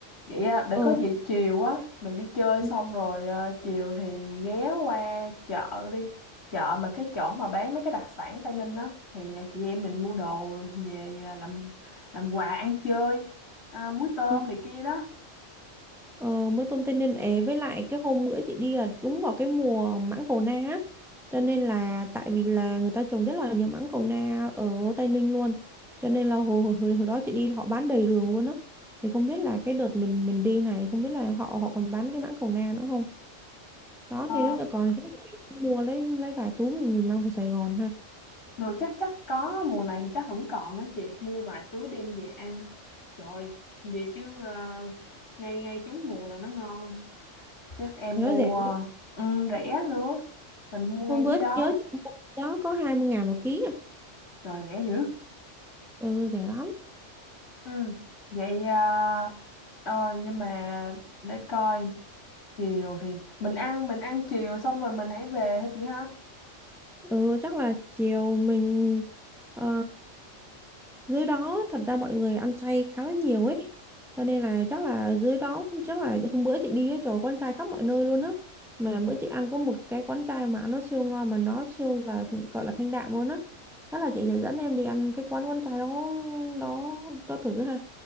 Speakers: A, on the left; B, in the centre.
A: Vậy à, để
B: ờ
A: có gì chiều á mình đi chơi
B: ừ.
A: xong rồi à, chiều thì ghé qua chợ đi chợ mà cái chỗ mà bán mấy cái đặc sản Tây Ninh á thì à, chị em mình mua đồ về à, làm làm quà ăn chơi à, muối tôm
B: ừ.
A: này kia đó
B: Ờ, mới tôm Tây Ninh ấy với lại cái hôm bữa chị đi là đúng vào cái mùa mãng cầu na á. cho nên là tại vì là người ta trồng rất là nhiều mãng cầu na ở Tây Ninh luôn cho nên là hồi hồi hồi, hồi đó chị đi họ bán đầy đường luôn á thì không biết là cái đợt mình mình đi này không biết là họ họ còn bán cái mãng cầu na nữa không đó
A: Ờ,
B: nên nếu như còn chắc là mình cũng mua lấy lấy vài túi mình mình mang về Sài Gòn ha
A: đồ chắc chắc có mùa này thì chắc vẫn còn á chị mua vài túi đem về ăn trời về chứ à, ngay ngay trúng mùa là nó ngon chắc em
B: nó
A: mua
B: rẻ
A: ừ, rẻ nữa mình mua ngay
B: hôm bữa
A: dưới đó
B: chị nhớ chị mua đó có hai mươi ngàn một ký à
A: Trời rẻ dữ.
B: ừ rẻ lắm
A: Ừ. Vậy à, ờ, nhưng mà để coi chiều thì mình ăn mình ăn chiều xong rồi mình hãy về hả chị ha?
B: Ừ chắc là chiều mình ờ, dưới đó thật ra mọi người ăn chay khá là nhiều ấy cho nên là chắc là dưới đó chắc là hôm bữa chị đi ấy, trời ơi, quán chay khắp mọi nơi luôn á mà bữa chị ăn có một cái quán chay mà nó siêu ngon mà nó siêu là gọi là thanh đạm luôn á chắc là chị sẽ dẫn em đi ăn cái quán quán chay đó đó đó thử ha